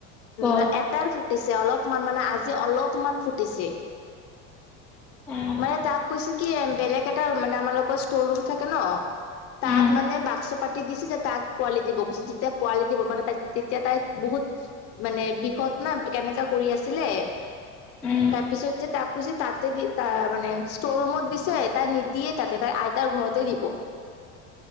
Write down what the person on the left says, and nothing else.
না এটাৰ পি ফুটিছে অলপমান মানে আজি অলপমান ফুটিছে।
মানে তাক কৈছে কি বেলেগ এটা মানে আমাৰোকৰ ষ্ট'ৰ ৰুম থাকে ন? তাত
মানে বাক্স পাতি দিছে যে তাক পোৱালি দিব গৈছে যেতিয়া পোৱালি দিব মানে তাই তেতিয়া তাই বহুত মানে বিষত না কেনেকা কৰি আছিলে
তাৰপিছত যে তাক কৈছে তাতে দি তাৰমানে ষ্টৰৰুমত দিছে, তাই নিদিয়ে তাতে তাই আইতাৰ ঘৰতে দিব।